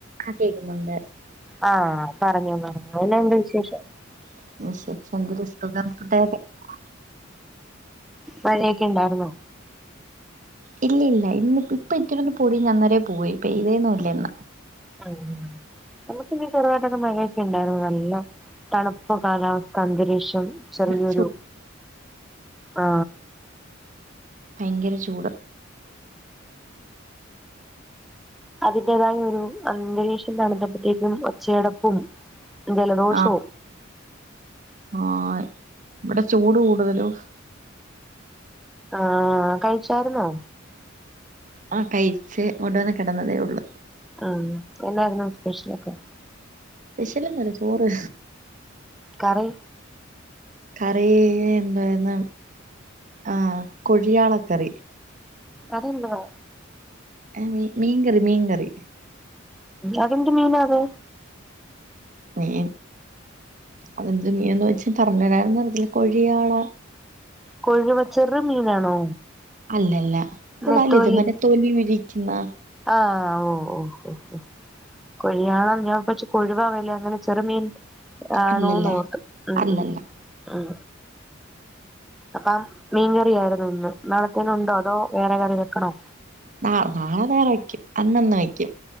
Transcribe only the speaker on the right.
ആ കേക്കുന്നുണ്ട്
<unintelligible>
ഇല്ല ഇല്ല ഇന്ന് ഇപ്പൊ ഇത്രൊന്ന് പൊടിഞ്ഞ് ന്നരേ പോയി പെയ്തേ ഒന്നുമില്ല ഇന്ന്
ഇവിടെ ചൂ
ഭയങ്കര ചൂട്
ആഹ് ആഹ് ഇവിടെ ചൂട് കൂടുതലു
ആ കഴിച്ചേ മുടെന്നെ കെടന്നതേ ഉള്ളു
സ്പെഷ്യലൊന്നുല്ല ചോറ്
കറീ എന്തായിന്ന ആ കുഴിയാളക്കറി
മീ മീൻകറി മീൻകറി
മീൻ അതെന്ത് മീൻന്ന് വെച്ചാ പറഞ്ഞ് തരാനൊന്നും അറിയത്തില്ല കൊഴിയാളാ
അല്ലല്ല ഇത്
വലുത് മറ്റേ തൊലി ഉരിക്കുന്ന
അല്ലല്ല
അല്ലല്ല
ന നാളെ വേറെ വയ്ക്കും അന്നന്ന് വയ്ക്കും